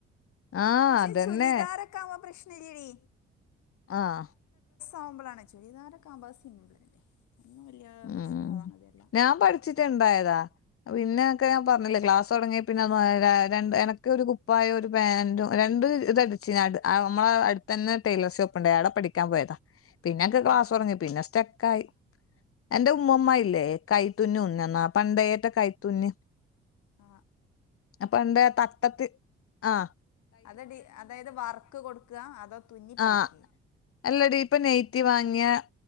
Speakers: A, on the left; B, on the left.
A: ആഹ്
B: പക്ഷെ
A: അതന്നെ
B: ചുലിദാാരൊക്കകുമ്പ പ്രശ്നലടി
A: ആഹ..
B: ആവുമ്പോൾ ആണ്, ചുരിദാരക്കെ ആവുമ്പ സിമ്പിൾ അല്ലേ. ഒന്നും വലിയ
A: ഉം
B: പ്രശ്നമുള്ള സംഗതിയല്ല
A: ഞാൻ പഠിച്ചിട്ടുണ്ടായതാ. പിന്നെക്കെ ഞാൻ പറഞ്ഞില്ലേ, ക്ലാസ്റ്റ് തുടങ്ങിയ പിന്നെ രണ്ട് എനക്ക് ഒരു കുപ്പായ ഒരു പാൻറും രണ്ട് ഇതടിച്ച് നമ്മള അടുത്ത തന്ന ടെയ്ലർ ഷോപ്പ് ഉണ്ട്, ആടെ പഠിക്കാൻ പോയതാ. പിന്നെ ഒക്കെ
B: ആ
A: ക്ലാസ് തുടങ്ങി. പിന്നെ സ്റ്റെക്ക് ആയി. എന്റെ ഉമ്മമ്മ ഇല്ലേ. കൈത്തുന്നു തിന്നുന്ന അപ്പൊ ഏട്ടാ കൈത്തുന്നു
B: <inaudible>
A: അപ്പൊ എന്താ തട്ടത്തി ആ
B: അത് അതായത് വർക്ക് കൊടുക്കുക അതോ തുന്നി പഠിക്ക
A: ആഹ് അല്ലടി ഇപ്പ നെയ്റ്റി വാങ്ങിയ